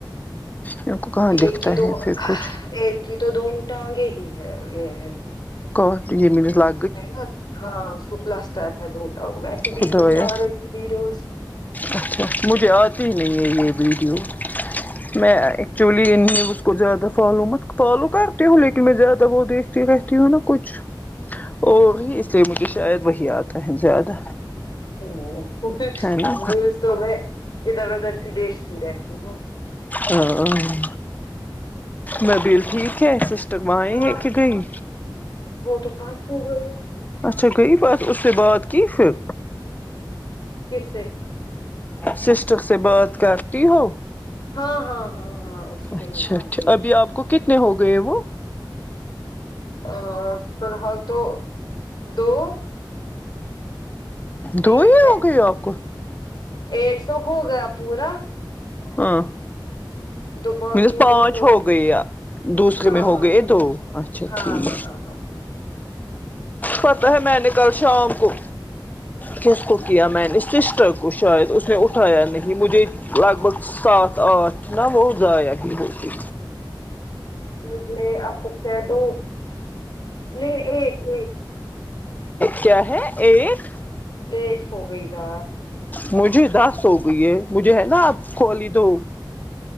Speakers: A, on the left; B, on the left.
A: ان کو کہاں
B: ایک
A: دکھتا
B: ہی دو
A: ہے پھر کچھ
B: ایک ہی تو دونوں ٹانگے ہی ہے یہ ہے
A: کٹ یہ مینس لا
B: ہے نا ہاں اس کو پلسٹر ہے دو ویسے بیچ
A: خدایا
B: بیچ میں آ رہی تھی ویڈوز
A: اچھا مجھے آتی ہی نہیں ہے یہ ویڈیو میں ایکچولی ان نیوز کو زیادہ فالو مت فالو کرتی ہوں لیکن میں زیادہ وہ دیکھتی رہتی ہوں نا کچھ اور اس لیے مجھے شاید وہی آتا ہے زیادہ
B: ہ
A: ہے نا
B: میز تو میں ادھر ادھر کی دش بھی رہتی ہوں
A: ہاں نبیل ٹھیک تو بیں
B: ہاں
A: ہے کہ گئی
B: وہ تو پانچ ہو گئے
A: اچھا گئی بات اس سے بات کی پھر
B: کس سے
A: سسٹر سے بات کرتی ہو
B: ہاں ہاں ہاں ہاں سے
A: اچھاھ
B: میں کر کے
A: ابھی آپ کو کتنے ہو گئے وہ
B: ا فی الحال تو دو ت
A: دو ہی
B: چ
A: ہو گئے آپ کو
B: ایک سو ہو گیا پورا
A: ہاں
B: دو باقی
A: مینس پانچ
B: گئے دو
A: ہو گئی دوسرے
B: ہاں
A: میں ہو
B: ہاں
A: گئے دو اچھا
B: ہاں
A: ٹھیک
B: ہاں ہاں ہاں ہاں
A: پتا ہے میں نے کل شام کو کس کو کیا میں نے سسٹر کو شاید اس نے اٹھایا نہیں مجھے لگ بھگ سات آٹھ نا وہ ضائع ہی ہوتی
B: مجھے آب سے دو نہیں ایک ایک
A: کیا ہے ایٹ
B: پج ہو گئی گا
A: مجھے دس ہو گئی ہے مجھے ہے نا آپ کھلی دو